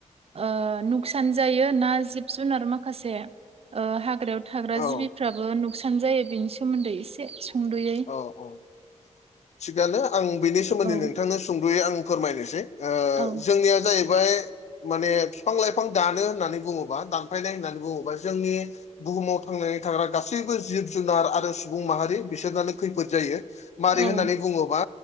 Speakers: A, on the right; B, on the left.
A: ओ नुखसान जायो ना जिब जुनार माखासे ओ हाग्रायाव थाग्रा
B: औ
A: जिबिफ्राबो नुखसान जायो बेनि सोमोन्दै एसे सुंद'यै
B: औ औ थिगानो आं बेनि सोमोन्दै
A: औ
B: नोंथांनो सुंद'यै आं फोरमायनोसै। ओ
A: औ
B: जोंनिया जाहैबाय माने बिफां लाइफां दानो होननानै बुङोबा दानफ्लायनाय होननानै बुङोबा जोंनि बुहुमाव थांनानै थाग्रा गासैबो जिब जुनार आरो सुबुं माहारि बिसोरनानो खैफोद जायो मारै
A: औ
B: होननानै बुङोबा